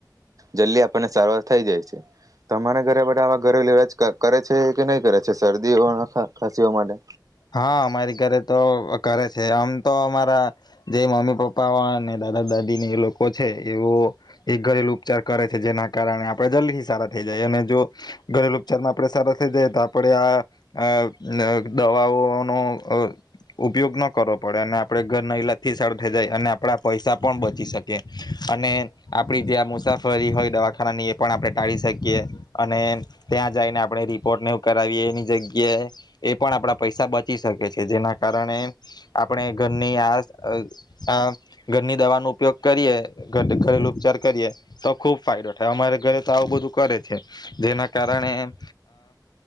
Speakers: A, on the right (about 50°); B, on the left (about 65°).
A: જલ્દી આપણને સારવાર થઈ જાય છે તો અમારા ઘરે આવા ઘરે લવાજ કરે છે કે નહી કરે છે શરદીઓ ખસીઓ માટે?
B: હા અમારી ઘરે તો કરે છે આમ તો અમારા જે મમ્મી પપ્પા અને દાદા દાદી ને એ લોકો છે એવો એ ઘરેલુ ઉપચાર કરે છે જેના કારણે આપણેે જલ્દી સારા થઇ જાય અને જો ઘરેલુ ઉપચારમાં આપડે સારા થઇ જાય તો આપણેે આ દવાઓનો ઉપયોગ ન કરવો પડે અને આપણે ઘર ન લથી સર થઈ જાય અને આપણા પૈસા પણ બચી શકીએ અને આપણી જે આ મુસાફરી હોય દવાખાનાની એ પણ આપણે ટાળી શકીએ અને ત્યાં જઈને આપણે રિપોર્ટ ને એવું કરાવીએ એની જગ્યાએ એ પણ આ પૈસા બચી શકે છે જેના કારણે આપણે ઘરની આ ઘરની દવાનો ઉપયોગ કરીએ ઘ ઘરેલું ઉપચાર કરીએ તો ખૂબ ફાયદો થાય અમારે ઘરે તો આવું બધું કરે છે જેના કારણે